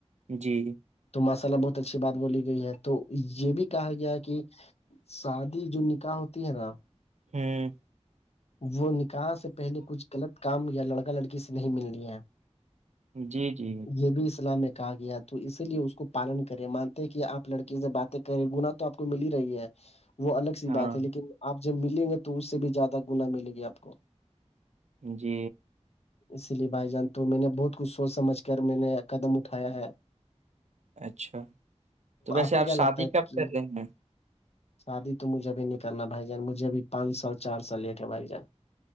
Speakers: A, on the right (about 80°); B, on the left (about 65°).
A: جی جی
B: تو ماشاء ال بہت اچھی بات بولی گئی ہے تو یہ بھی کہا گیا ہے کہ شادی جو نکاح ہوتی ہے نا
A: ہوں
B: وہ نکاح سے پہلے کچھ غلط کام یا لڑکا لڑکی سے نہیں مل رہ ہے
A: جی جی
B: یہ بھی اسلام میں کہا گیا تو اسی لیے اس کو پالن کرے مانتے کہ آپ لڑکی سے بات کریں گنا تو آپ کو مل ہی رہی ہے وہ الگ سی
A: ہاں
B: بات ہے لیکن آپ جب ملیں گے تو اس سے بھی زیادہ گنا ملے گی آپ کو
A: جی
B: اس لیے بھائی جان تو میں نے بہت کچھ سوچ سمجھ کر میں نے قدم اٹھایا ہے
A: اچھا تو ویسے
B: کو
A: آپ
B: کیا لگتا
A: شادی
B: ہے
A: کب
B: کہ
A: کر رہے ہیں
B: شادی تو مجھے بھی نہیں کرنا بھائی جان مجھے بھیھی پانچ سال چار سال لیٹ ہے بھائی جان